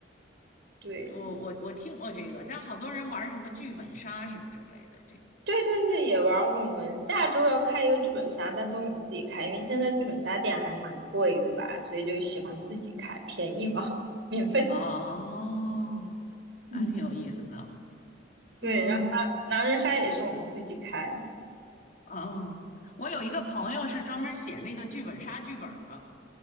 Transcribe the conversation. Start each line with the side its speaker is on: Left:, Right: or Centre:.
Right: 对，
Left: 我我我听过这个，但好多人玩什么剧本杀什么之类的，这
Right: 对对对，也玩儿。我们下周要开一个剧本杀，但都我们自己开，因为现在剧本杀店还蛮贵的吧，所以就喜欢自己开，便宜嘛，<laughs> 免费，
Left: 哦，
Right: 嗯，
Left: 还挺有意思的。
Right: 对，
Left: 嗯，
Right: 然后狼狼人杀也是我们自己开。
Left: 哦，我有一个朋友是专门写那个剧本杀剧本儿的，